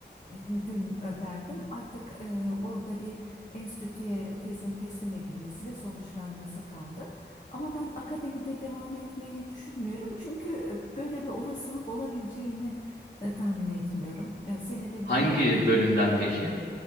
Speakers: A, on the left; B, on the left.
A: e, dün e, verdim. Artık e, orada bir enstitüye tezin teslim edilmesi ve sonuçlanması kaldı. Ama ben akademide devam etmeyi düşünmüyorum. Çünkü e, böyle bir olasılık olabileceğini e, tahmin etmiyorum. E, senede
B: Hangi
A: belki bir.
B: bölümden peki?